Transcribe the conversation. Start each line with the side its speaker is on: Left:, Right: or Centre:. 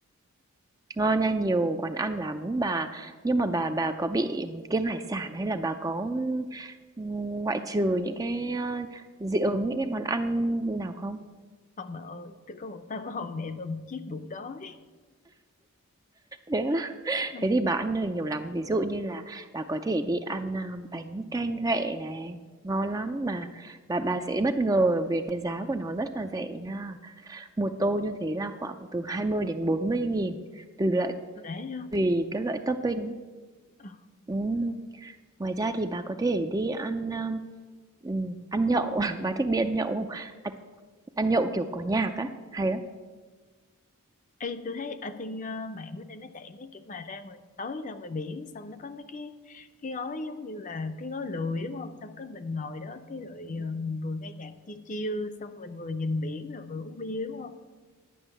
Right: Ngon nha, nhiều quán ăn lắm bà. Nhưng mà bà bà có bị kiêng hải sản hay là bà có, ừm, ngoại trừ những cái, ơ, dị ứng những cái món ăn nào không?
Left: không bà ơi tôi có một tâm hồn đẹp và một chiếc bụng đói
Right: Thế á?
Left: <laughs>
Right: Thế
Left: Ừ,
Right: thì bà ăn được nhiều lắm, ví dụ như là bà có thể đi ăn, a, bánh canh ghẹ này, ngon lắm mà bà bà sẽ bất ngờ về cái giá của nó rất là rẻ nha. Một tô như thế là khoảng từ hai mươi đến bốn mươi nghìn tùy loại
Left: rẻ không
Right: tùy các loại topping á.
Left: Ờ.
Right: Ừm, ngoài ra thì bà có thể đi ăn, a, ừm, ăn nhậu, <laughs> bà thích đi ăn nhậu không? Ăn ăn nhậu, kiểu, có nhạc á, hay lắm.
Left: Ê, tôi thấy ở trên ờ, mạng bữa nay nó chạy mấy kiểu mà ra ngoài tối ra ngoài biển xong nó có mấy cái cái gói giống như là cái gói lười đúng không xong cái mình ngồi đó cái rồi ờ, mình vừa nghe nhạc chill chill xong mình vừa nhìn biển rồi vừa uống bia đúng không